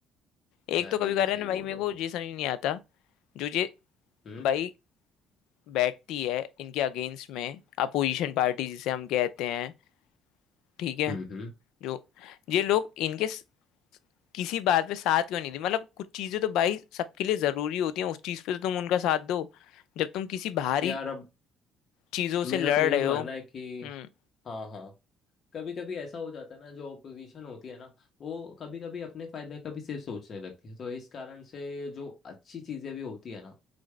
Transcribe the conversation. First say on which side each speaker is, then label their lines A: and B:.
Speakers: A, on the left; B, on the left.
A: एक
B: यार
A: तो कभी
B: ये
A: कह
B: तो
A: रहे
B: सही
A: ना भाई
B: बोल
A: मेरे
B: रहे हो
A: को
B: तुम
A: ये समझ नहीं आता जो ये
B: हम्म
A: भाई बैठती है इनके अगेंस्ट में अपोजिशन पार्टी जिसे हम कहते हैं ठीक है
B: हम्म हम्म
A: जो ये लोग इनके किसी बात पे साथ क्यों नहीं दी मतलब कुछ चीजें तो भाई सबके लिए जरूरी होती हैं उस चीज पे तो तुम उनका साथ दो जब तुम किसी बाहरी
B: यार अब
A: चीजों से
B: मेरा
A: लड़
B: तो यही
A: रहे
B: मानना
A: हो हम्म
B: है कि हाँ हाँ कभी कभी ऐसा हो जाता है ना जो ओपोजिशन होती है ना वो कभी कभी अपने फायदे का भी सिर्फ सोचने लगती है तो इस कारण से जो अच्छी चीजें भी होती है ना